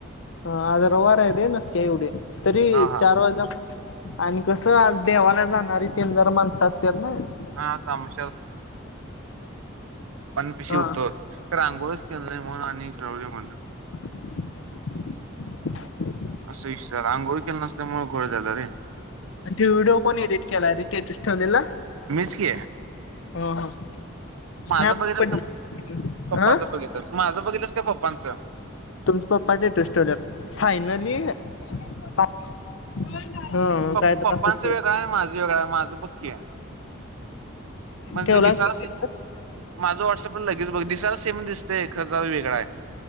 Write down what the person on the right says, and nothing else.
हा हा
<inaudible> पण पिशी
उसतवर आंगोळच केलं नाही म्हणून आणि राहुदे म्हणलं
असं विषय झाला अंघोळ केला नसल्यामुळे घोळ झाला रे
मीच की
माझ बघितलस
का पप्पाच
बघितलस माझ बघितलस का पप्पाच
प
पप्पांचं
वेगळाय हाय माझ वेगळाय हाय माझं बंग की म्हजे
दिसाल
माझ वॉटसअपला लगेच बघ जरा सेम दिसतय खर जरा वेगळाय